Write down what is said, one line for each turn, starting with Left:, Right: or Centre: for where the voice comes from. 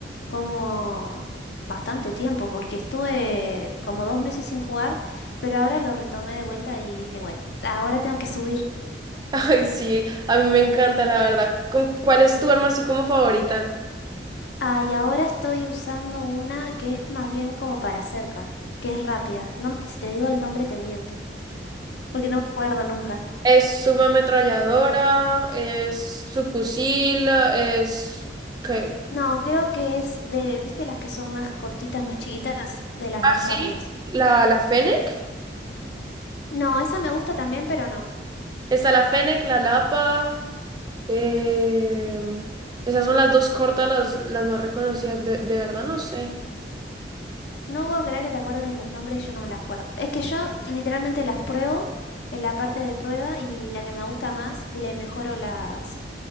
Left: como bastante tiempo, porque estuve como dos meses sin jugar, pero ahora lo retomé de vuelta y dije, bueno, ahora tengo que subir.
Right: <laughs> Ay, sí, a mí me encanta, la verdad. ¿Con, cuál es tu arma así como favorita?
Left: Ah, y ahora estoy usando una que es más bien como para cerca, que es rápida. No, si te digo el nombre te miento, porque no me acuerdo nunca.
Right: Es subametralladora, es subfusil, es... ¿Qué?
Left: No, creo que es de, ¿viste las que son más cortitas, más chiquitas, de las
Right: Ah,
Left: más
Right: sí,
Left: rápidas?
Right: la, la Fennec.
Left: No, esa me gusta también, pero no.
Right: Está la Fennec, la Lapa. em, esas son las dos cortas, las, las más reconocidas. De, de verdad no sé.
Left: No puedo creer que te acuerdes de los nombres y yo no me la acuerdo. Es que yo literalmente las pruebo en la parte de prueba y la que me gusta más, le mejoro las